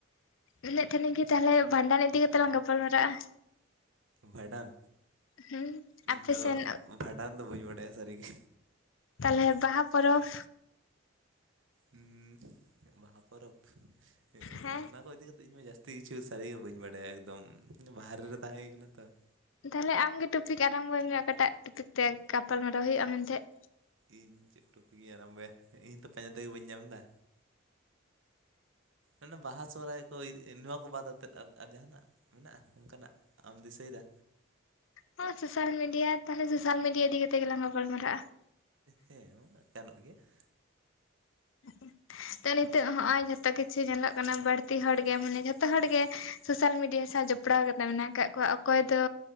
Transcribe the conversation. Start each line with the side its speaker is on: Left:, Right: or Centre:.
Left: ᱞᱟᱹᱭᱮᱜ ᱛᱟᱦᱮᱞᱤᱧ ᱠᱤ ᱛᱟᱦᱞᱮ ᱵᱷᱟᱱᱰᱟᱱ ᱤᱫᱤ ᱠᱟᱛᱮ ᱞᱟᱝ ᱜᱟᱯᱟᱞᱢᱟᱨᱟᱜᱼᱟ ᱾
Right: ᱵᱷᱟᱸᱰᱟᱱ
Left: ᱦᱩᱸ ᱟᱯᱮᱥᱮᱱ
Right: ᱤᱧ ᱫᱚ ᱵᱷᱟᱸᱰᱟᱱ ᱫᱚ ᱵᱟᱹᱧ ᱵᱟᱰᱟᱭᱟ ᱥᱟᱹᱨᱤ ᱜᱮ‌᱾
Left: ᱛᱟᱞᱦᱮ ᱵᱟᱦᱟ ᱯᱚᱨᱚᱵᱽ,
Right: ᱩᱸ ᱵᱟᱦᱟ ᱯᱚᱨᱚᱵᱽ ᱮᱸ
Left: ᱦᱮᱸ
Right: ᱚᱱᱟ ᱠᱚ ᱤᱫᱤ ᱠᱟᱛᱮ ᱤᱧ ᱢᱟ ᱡᱟᱹᱥ ᱛᱤ ᱠᱤᱪᱷᱩ ᱥᱟᱹᱨᱤ ᱜᱮ ᱵᱟᱹᱧ ᱵᱟᱲᱟᱭᱟ ᱮᱠᱫᱚᱢ ᱵᱟᱦᱟᱨᱮ ᱨᱮ ᱛᱟᱦᱮᱸ ᱦᱩᱭ ᱠᱟᱱᱟ ᱛᱚ ᱾
Left: ᱛᱟᱦᱞᱮ ᱟᱢ ᱜᱮ ᱴᱚᱯᱤᱠ ᱟᱨᱚᱢᱵᱚᱭ ᱢᱮ ᱚᱠᱟᱴᱟᱜ ᱴᱚᱯᱤᱠ ᱛᱮ ᱜᱟᱯᱟᱞ ᱢᱟᱨᱟᱣ ᱦᱩᱭᱩᱜᱼᱟ ᱢᱮᱱᱛᱮ ᱾
Right: ᱤᱧ ᱪᱮᱫ ᱴᱚᱯᱤᱠ ᱤᱧ ᱟᱨᱚᱢᱵᱚᱭᱟ ᱤᱧ ᱛᱚ ᱯᱟᱸᱡᱟ ᱛᱮᱜᱮ ᱵᱟᱹᱧ ᱧᱟᱢ ᱫᱟ? ᱟᱱᱟ ᱵᱟᱦᱟ ᱥᱚᱦᱚᱨᱟᱭ ᱠᱚ ᱱᱚᱣᱟ ᱠᱚ ᱵᱟᱫ ᱟᱛᱮᱫ? ᱟᱨ ᱟᱨ ᱡᱟᱸᱦᱟᱱᱟᱜ ᱢᱮᱱᱟᱜᱼᱟ ᱚᱝᱠᱟᱱᱟᱜ ᱟᱢ ᱫᱤᱥᱟᱹᱭ ᱫᱟ᱾
Left: ᱦᱚᱸ ᱥᱳᱥᱟᱞ ᱢᱤᱰᱤᱭᱟ ᱛᱟᱦᱞᱮ ᱥᱳᱥᱟᱞ ᱢᱤᱰᱤᱭᱟ ᱤᱫᱤ ᱠᱟᱛᱮ ᱜᱮ ᱞᱟᱝ ᱜᱟᱯᱟᱞᱢᱟᱨᱟᱜᱼᱟ ᱾
Right: ᱦᱮᱸ ᱢᱟ ᱜᱟᱱᱚᱜ ᱜᱮᱭᱟ ᱾
Left: <inaudible> ᱛᱚ ᱱᱤᱛᱚᱜ ᱦᱚᱸᱜᱼᱚᱭ ᱡᱷᱚᱛᱚ ᱠᱤᱪᱷᱩ ᱧᱮᱞᱚᱜ ᱠᱟᱱᱟ ᱵᱟᱹᱲᱛᱤ ᱦᱚᱲ ᱜᱮ ᱢᱟᱱᱮ ᱡᱷᱚᱛᱚ ᱦᱚᱲ ᱜᱮ ᱥᱳᱥᱟᱞ ᱢᱤᱰᱤᱭᱟ ᱡᱚᱯᱲᱟᱣ ᱠᱟᱛᱮ ᱢᱮᱱᱟᱜ ᱠᱟᱜ ᱠᱚᱣᱟ ᱚᱠᱚᱭ ᱫᱚ,